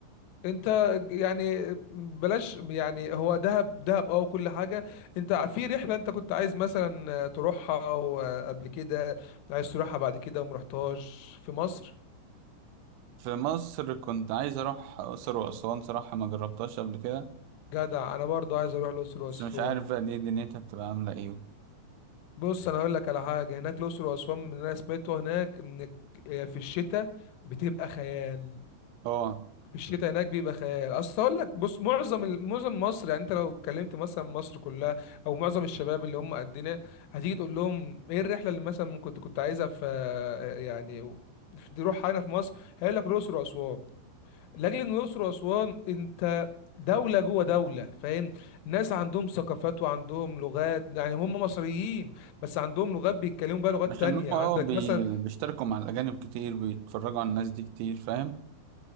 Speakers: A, on the left; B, on the right.
A: انت يعني بلاش يعني هو دهب دهب اه كل حاجه انت في رحله انت كنت عايز مثلا تروحها او قبل كده عايز تروحها بعد كده وما رحتهاش في مصر
B: في مصر كنت عايز اروح اقصر واسوان صراحة ما جربتهاش قبل كده
A: جدع انا برضو عايز اروح الاقصر واسوان
B: بس مش عارف بقى دي دنيتها بتبقى عاملة ايه
A: بص انا هقول لك على حاجه هناك الاقصر واسوان من اللي انا سمعته هناك ان في الشتاء بتبقى خيال
B: اه
A: في الشتاء هناك بيبقى خيال اصل اقول لك بص معظم ال- معظم مصر يعني انت لو اتكلمت مثلا مصر كلها او معظم الشباب اللي هم قدنا هتيجي تقول لهم ايه الرحله اللي مثلا ممكن كنت كنت عايزها في يعني في- تروح هنا في مصر هيقول لك الاقصر واسوان لاجل ان الاقصر واسوان انت دوله جوه دوله فاهم ناس عندهم ثقافات وعندهم لغات يعني هم مصريين بس عندهم لغات بيتكلموا بقى لغات
B: عشان
A: تانية
B: هم اه
A: عندك
B: بي...
A: مثلا
B: بيشتركوا مع الأجانب كتير بيتفرجوا على الناس دي كتير فاهم